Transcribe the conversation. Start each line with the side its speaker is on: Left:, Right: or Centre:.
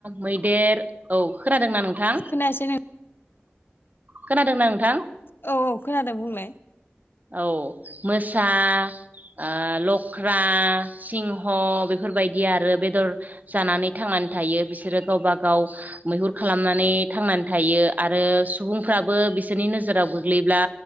Right: मैदेर औ खोनादोंना नोंथां?
Left: खोनायासै न
Right: खोनादोंना नोंथां?
Left: औ औ खोनादों बुंलाय
Right: औ मोसा आ लख्रा सिंह' बेफोरबायदि आरो बेदर जानानै थांनानै थायो बिसोरो गावबा गाव मैहुर खालामनानै थांनानै थायो आरो सुबुंफ्राबो बिसोरनि नोजोराव गोग्लैब्ला